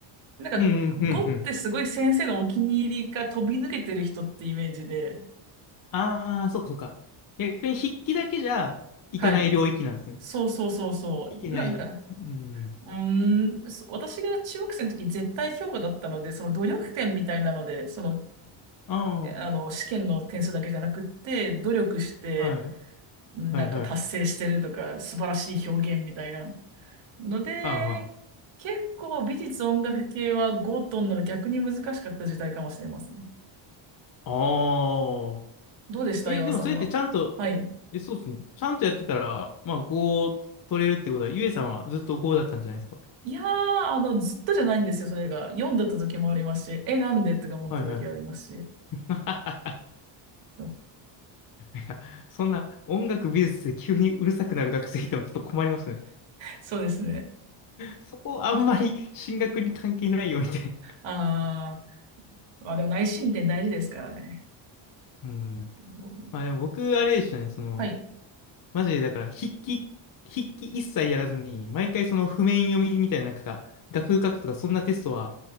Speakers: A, on the right; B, on the left.
A: なんか、
B: うん、
A: 語ってすごい先生のお気に入りが飛び抜けてる人ってイメージで、
B: うん、うん。あー、そうか、そうか。逆に筆記だけじゃいかない領域なんですね。
A: はい。そうそうそうそう。
B: いけない。
A: なんか、
B: うん。
A: うーん、そ私が中学生の時絶対評価だったので、その努力点みたいなので、その、
B: あ
A: あの、試験の点数だけじゃなくって、努力して、
B: ー、はい、
A: なんか達成してるとか、
B: はい、はい。
A: 素晴らしい表現みたいな。ので、
B: あいあー。
A: 結構美術音楽系は語とんなら逆に難しかった時代かもしれません。
B: あー
A: どうでした岩尾さんは。
B: え、でもそれってちゃんと、
A: はい。
B: え、そうっすね。ちゃんとやってたら、まあ5を取れるってことは、ゆえさんはずっと5だったんじゃないですか。
A: いやー、あの、ずっとじゃないんですよ、それが。読んだった時もありますし、え、なんでとか思った時ありますし。
B: はいはい。<laughs> な
A: そう、
B: んかそんな音楽美術で急にうるさくなる学生いてもちょっと困りますよね。
A: そうですね。
B: そこあんまり進学に関係ないよみたい
A: あー、まあでも内申点大事ですからね。
B: な。<laughs> うん。
A: うん
B: まあでも僕、あれでしたね、その、
A: はい。
B: マジでだから筆記、筆記一切やらずに、毎回その譜面読みみたいな、なんか、楽譜書くとかそんなテストは